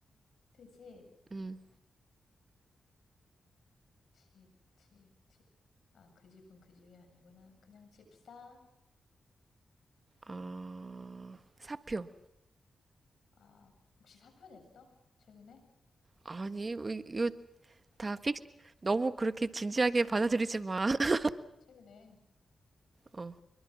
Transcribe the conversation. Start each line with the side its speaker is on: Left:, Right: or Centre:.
Left: 그 집
Right: 응.
Left: 집집집집집아 그 집은 그 집이 아니구나 그냥 집사
Right: 어, 사표.
Left: 아 혹시 사표 냈어? 최근에?
Right: 아니, 이- 이거 다 픽, 너무 그렇게 진지하게 받아들이지 마. <laughs>
Left: 최근에
Right: 어.